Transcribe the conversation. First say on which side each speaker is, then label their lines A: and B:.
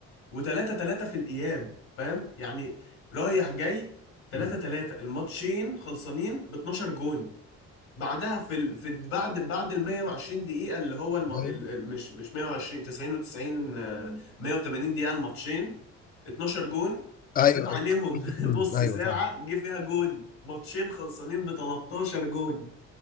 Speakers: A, on the left; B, on the left.
A: و3 3 في الاياب فاهم يعني رايح جاي 3
B: مم.
A: 3 الماتشين خلصانين ب 12 جون بعدها في ال... في بعد بعد ال 120 دقيقة اللي هو الم... ال...
B: ايوه
A: ال- مش مش 120 90 و90 آه، 180 دقيقة الماتشين 12 جون
B: ايوه
A: زاد عليهم
B: <clears throat>
A: <laughs> نص
B: ايوه
A: ساعة
B: فاهم
A: جه فيها جون ماتشين خلصانين ب 13 جون